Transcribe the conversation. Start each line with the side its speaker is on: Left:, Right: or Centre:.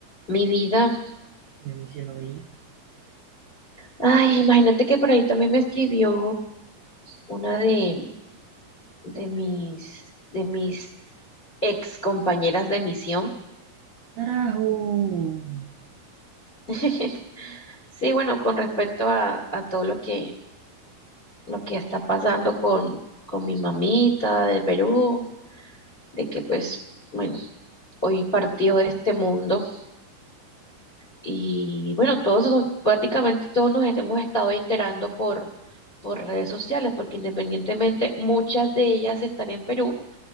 Left: Mi vida.
Right: me sí lo veía.
Left: Ay, imagínate que por ahí también me escribió una de, de mis, de mis ex compañeras de misión.
Right: Carajo.
Left: <laughs> Sí, bueno, con respecto a, a todo lo que, lo que está pasando con, con mi mamita de Perú, de que pues, bueno, hoy partió de este mundo. Y bueno, todos nos- prácticamente todos nos hemos estado enterando por, por redes sociales, porque independientemente muchas de ellas están en Perú,